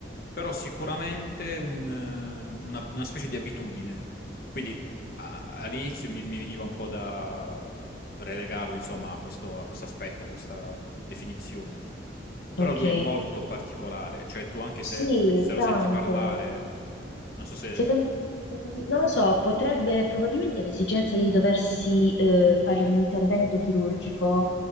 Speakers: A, on the left; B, on the left.
A: però sicuramente un, eh, una, una specie di abitudine. Quindi a- all'inizio mi, mi veniva un po' da da relegarlo, insomma, a questo, a questo aspetto, a questa definizione.
B: Ok.
A: Però lui è molto particolare, cioè tu anche se,
B: Sì,
A: se
B: tanto.
A: lo senti parlare, non so se...
B: Secondo, non lo so, potrebbe probabilmente l'esigenza di doversi eh, fare un intervento chirurgico